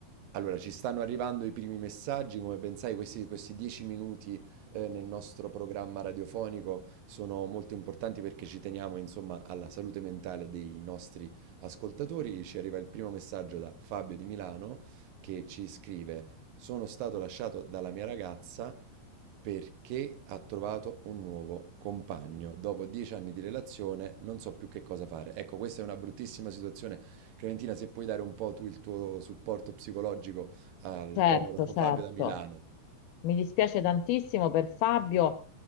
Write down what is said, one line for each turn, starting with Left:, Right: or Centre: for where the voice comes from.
Right: Allora, ci stanno arrivando i primi messaggi, come ben sai questi questi 10 minuti, ehm, nel nostro programma radiofonico sono molto importanti perché ci teniamo insomma alla salute mentale dei nostri ascoltatori. Ci arriva il primo messaggio da Fabio di Milano che ci scrive: "Sono stato lasciato dalla mia ragazza perché ha trovato un nuovo compagno. Dopo 10 anni di relazione non so più che cosa fare". Ecco, questa è una bruttissima situazione Clementina, se puoi dare un po' tu il tuo supporto psicologico al
Left: Certo,
Right: povero <laughs>
Left: certo.
Right: Fabio da Milano.
Left: Mi dispiace tantissimo per Fabio.